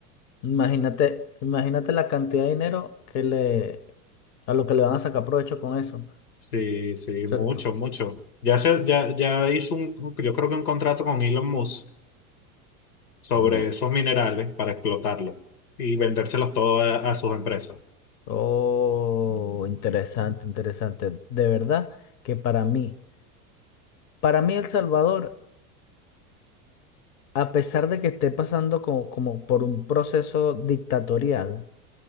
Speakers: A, on the left (about 35°); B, on the left (about 80°).
A: Imagínate, imagínate la cantidad de dinero que le, a lo que le van a sacar provecho con eso,
B: Sí, sí,
A: ¿cierto?
B: mucho, mucho. Ya, se, ya, ya hizo un, yo creo que un contrato con Elon Musk sobre
A: No.
B: esos minerales para explotarlos y vendérselos todos a a sus empresas.
A: Oh, interesante, interesante. De verdad que para mí, para mí El Salvador, a pesar de que esté pasando como, como por un proceso dictatorial,